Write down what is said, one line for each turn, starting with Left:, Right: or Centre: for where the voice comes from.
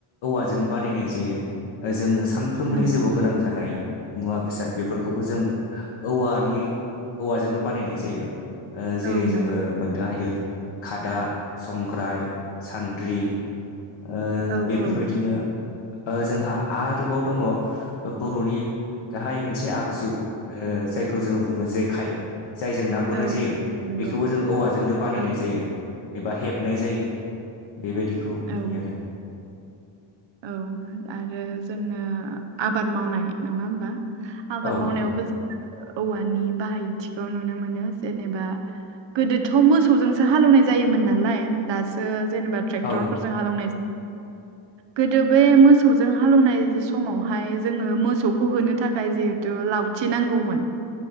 Left: औवाजों बानायनाय जायो जोंनो सान फ्रोमबोनि
Right: नों
Left: जिउआव गोनां जानाय मुवा बेसाद बेफोरखौबो जों औवानि औवाजोंनो बानायनाय जायो। ओ जेरै
Right: औ
Left: जोङो
Right: नोंगौ
Left: मोननो हायो खादा, संग्राय, सान्द्रि। ओ
Right: औ
Left: बेफोरबायदिनो
Right: औ
Left: ओ जोंहा आरोबाव दङ बर'नि गाहाय मोनसे आगजु ओ जायखौ जोङो बुङो जेखाइ जायजों ना गुरनाय
Right: औ
Left: जायो
Right: बे नंगौ
Left: बेखौबो जों औवाजोंनो बानायनाय
Right: औ
Left: जायो एबा हेबनाय जायो। बेबायदिखौ
Right: औ
Left: नुयो आरो।
Right: औ आरो जोंना आबाद मावनाय नङा होमबा? आबाद
Left: औ
Right: मावनायावबो
Left: नंगौ
Right: जोङो औवानि बाहायथिखौ नुनो मोनो जेनेबा गोदोथ' मोसौजोंसो हालौनाय जायोमोन नालाय दासो जेनेबा ट्रेक्टरफोरजों
Left: औ
Right: हालौवनाय गोदो बे मोसौजों हालौनाय समावहाय जोङो मोसौखौ होनो थाखाय जिहेथु लाव थि नांगौमोन।